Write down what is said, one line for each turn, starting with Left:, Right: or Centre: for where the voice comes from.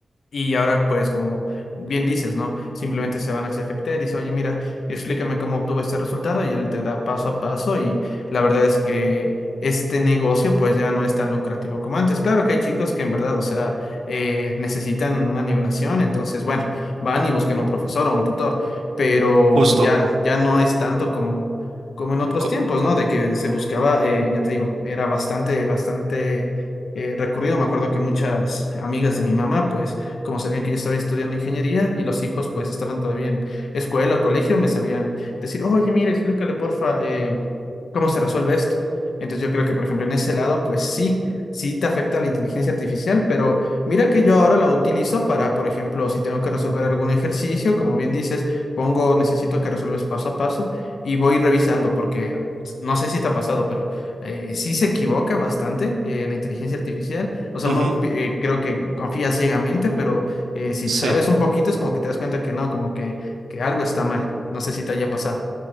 Left: Y ahora, pues, como bien dices, ¿no? Simplemente se van hacia GPT, dice, oye, mira, explícame cómo obtuve este resultado y él te da paso a paso y la verdad es que este negocio, pues, ya no es tan lucrativo como antes. Claro que hay chicos que en verdad, o sea, eh, necesitan una nivelación, entonces, bueno, van y buscan un profesor o un tutor, pero
Right: justo.
Left: ya, ya no es tanto como, como en otros
Right: Co-
Left: tiempos, ¿no? De que se buscaba, eh, ya te digo, era bastante, bastante... eh, recurrido, me acuerdo que muchas amigas de mi mamá, pues como sabían que yo estaba estudiando ingeniería y los hijos pues estaban todavía en escuela o colegio, me sabían decir, oye, mire, explícale porfa, eh, cómo se resuelve esto. Entonces yo creo que, por ejemplo, en ese lado, pues sí, sí te afecta la inteligencia artificial, pero mira que yo ahora la utilizo para, por ejemplo, si tengo que resolver algún ejercicio, como bien dices, pongo, necesito que resuelves paso a paso y voy revisando porque no sé si te ha pasado, pero eh, sí se equivoca bastante eh, la inteligencia artificial. O sea,
Right: ujú,
Left: uno pi- eh, creo que confía ciegamente, pero eh, si
Right: sí.
Left: sabes un poquito es como que te das cuenta que no, como que, que algo está mal. No sé si te haya pasado.